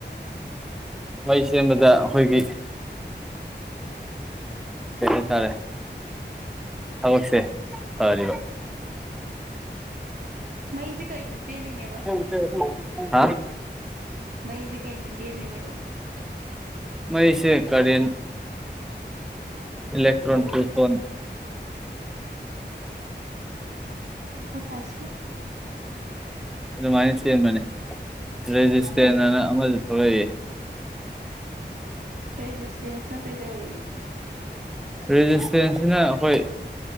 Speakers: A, in the centre; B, on the right.
A: ꯃꯩ ꯁꯦꯝꯕꯗ ꯑꯈꯣꯏꯒꯤ ꯀꯩ ꯍꯥꯏꯇꯥꯔꯦ ꯊꯕꯛꯁꯦ ꯐꯔꯤꯕ
B: ꯃꯩꯖꯦ ꯀꯩꯅ ꯆꯦꯜꯂꯤꯅꯦꯕ
A: <unintelligible> ꯍꯥ
B: ꯃꯩꯖꯦ ꯀꯩꯅ ꯆꯦꯜꯂꯤꯅꯦꯕ
A: ꯃꯩꯁꯦ ꯀꯔꯦꯟ ꯑꯦꯂꯦꯛꯇ꯭ꯔꯣꯟ
B: ꯀꯔꯤ
A: ꯀꯦꯐꯣꯟ
B: ꯃꯈꯥ ꯇꯥꯁꯤ
A: ꯑꯗꯨꯃꯥꯏꯅ ꯆꯦꯟꯕꯅꯦ ꯔꯦꯖꯁꯇꯦꯟꯅ
B: ꯎꯝ
A: ꯑꯃꯁꯨ ꯊꯣꯔꯛꯏ
B: ꯔꯦꯖꯤꯁꯇꯦꯟꯁ ꯅ ꯀꯩꯗꯧꯏ
A: ꯔꯦꯖꯤꯁꯇꯦꯟꯁꯁꯤꯅ ꯑꯈꯣꯏ